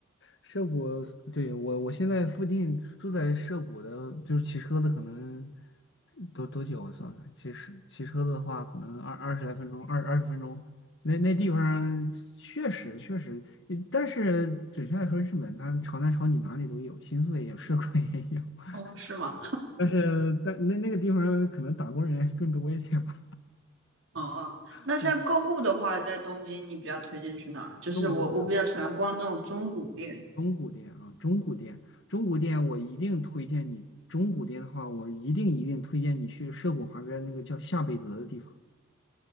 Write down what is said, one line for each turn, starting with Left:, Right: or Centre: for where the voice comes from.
Left: 涉谷，对，我我现在附近住在涉谷的，就是骑车子可能多多久啊算算，骑车骑车子的话，可能二二十来分钟，二二十分钟。那那地方确实确实，嗯但是准确来说，日本它朝南朝女哪里都有，新宿也有，涉谷也有。
Right: 哦，是是。吗？
Left: <laughs> 但是但那那个地方可能打工人更多一点吧，
Right: 哦，嗯那像购物的话，
Left: <laughs> 对，
Right: 在东京你比较推荐去哪儿？就是我我比较喜欢逛那种中古店。
Left: 购物啊。中古店啊，中古店，中古店，我一定推荐你。中古店的话，我一定一定推荐你去涉谷旁边那个叫下北泽的地方。